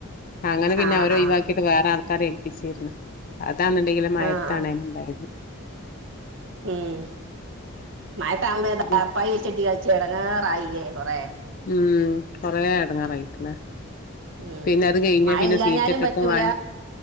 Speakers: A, on the left; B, on the right.
A: അങ്ങനെ പിന്നെ
B: ആഹ്
A: അവരെ ഒയ്
B: ആഹ്
A: വാക്കീട്ട് വേറെ ആൾക്കാരെ ഏൽപ്പിച്ചിര്ന്ന്. അതാന്ന്ണ്ടെങ്കില് മയെത്താണേണ്ടായത്.
B: ആഹ് ആഹ് ഉം. മയത്താവുമ്പോ ദാർപ്പായി
A: അപ്പ
B: വെൽച്ചെട്ടികൾച്ചി എടങ്ങറായില്യേ കൊറേ.
A: ഉം. കൊറേ എടങ്ങാറകയിക്ക്‌ണ്.
B: ഉം
A: പിന്നെ അത് കെയ്ഞ്ഞ്
B: മഴ
A: പിന്നെ
B: ഇല്ലാഞ്ഞാലും
A: സീറ്റ്ട്ട്ട്ട്
B: പറ്റൂല
A: വാ